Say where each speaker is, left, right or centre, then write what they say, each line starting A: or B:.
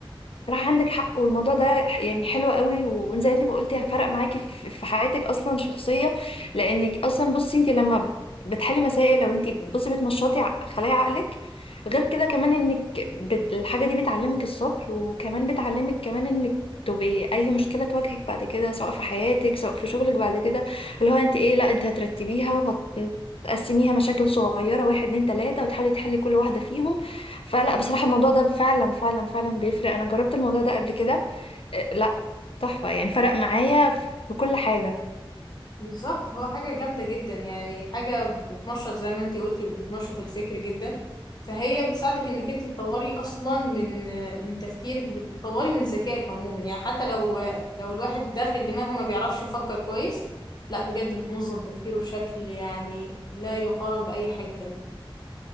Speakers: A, on the left; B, on the left.
A: راح عندك حق والموضوع ده يعني حلو قوي وزي انت ما قلتي هفرق معاكي في في حياتك اصلا شخصيه لانك اصلا بصي انت لما بتحلي مسائل لو انت بصي بتنشطي ع- خلايا عقلك غير كده كمان انك بت... الحاجه دي بتعلمك الصبر وكمان بتعلمك كمان انك تبقي اي مشكله تواجهك بعد كده سواء في حياتك سواء في شغلك بعد كده اللي هو انت ايه لا انت هترتبيها وهتقسميها مشاكل صغيره واحد اتنين تلاته وتحاولي تحلي كل واحده فيهم فلا بصراحة الموضوع ده فعلا فعلا فعلا بيفرق أنا جربت الموضوع ده قبل كده آه، لا تحفة يعني فرق معايا في كل حاجة
B: بالظبط هو حاجة جامدة جدا يعني حاجة بتنشط زي ما انتي قلتي بتنشط الفكر جدا فهي بتساعدك انك انتي تطوري اصلا من من تفكيرك وبتطوري من ذكائك عموما يعني حتى لو لو الواحد داخل دماغه ما بيعرفش يفكر كويس لا بجد بتنظم تفكيره بشكل يعني لا يقارن بأي حاجة تانية